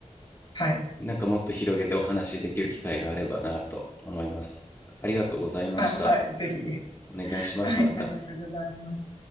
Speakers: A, on the left (about 40°); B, on the left (about 20°).
A: はい。
B: なんかもっと広げてお話しできる機会があればなと思いますありがとうございました
A: あ、はい。ぜひ。
B: お願いしますまた
A: はい。ありがとうございます。